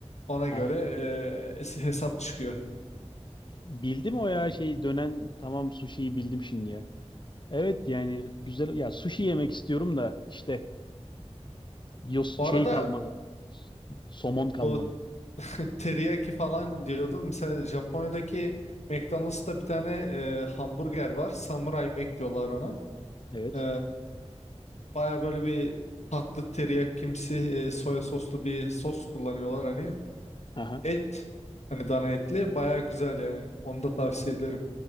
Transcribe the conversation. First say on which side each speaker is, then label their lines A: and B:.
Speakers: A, on the left; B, on the left.
A: Ona göre
B: Aha.
A: e, hesap çıkıyor.
B: Bildim o ya şey dönen tamam sushi'yi bildim şimdi ya. Evet yani güzel ya sushi yemek istiyorum da işte yos,
A: Bu
B: şey
A: arada
B: kalmadı. Somon kalmadı.
A: o teriyaki falan diyordun. Mesela Japonya'daki McDonald's'ta bir tane e, hamburger var. Samurai Mac diyorlar ona.
B: Evet.
A: E, baya böyle bir tatlı teriyakimsi e, soya soslu bir sos kullanıyorlar hani.
B: Aha.
A: Et hani dana etli baya güzel yani. Onu da tavsiye ederim.